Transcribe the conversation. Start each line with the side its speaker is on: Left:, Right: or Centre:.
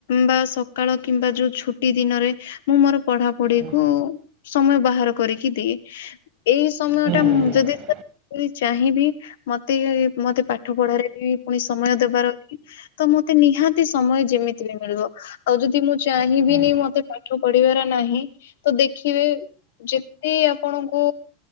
Left: ବା ସକାଳ କିମ୍ବା ଯୋଉ ଛୁ ଟି ଦିନରେ ମୁଁ ମୋର ପଢ଼ା ପଢ଼ି
Right: ହୁଁ ହୁଁ
Left: କୁ ସମୟ ବାହାର କରିକି ଦିଏ ଏଇ ସମୟଟା
Right: ହୁଁ
Left: ମୁଁ ଯଦି ସେ ମୁଁ ଚାହିଁବି ମତେ ମତେ ପାଠ ପଢ଼ାରେ ବି ପୁଣି ସମୟ ଦେବାର ଅଛି ତ ମୁଁ ମତେ ନିହାତି ସମୟ ଯେମିତି ବି ମିଳିବ ଆଉ ଯଦି ମୁଁ ଚାହିଁ
Right: ହୁଁ
Left: ବିିନି ମତେ ପାଠ ପଢ଼ିବାର ନାହିଁ ତ ଦେଖିବେ। ଯେତେ ଆପଣଙ୍କୁ।